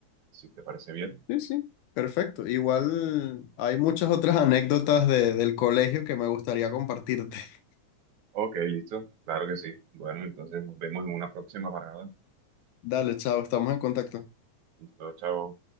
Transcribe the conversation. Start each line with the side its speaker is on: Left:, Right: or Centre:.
Right: si te parece bien.
Left: Sí, sí, perfecto. Igual hay muchas otras <laughs> anécdotas de- del colegio que me gustaría compartirte. <laughs>
Right: Ok, listo. Claro que sí. Bueno, entonces nos vemos en una próxima parada.
Left: Dale, chao, estamos en contacto.
Right: Listo, chao.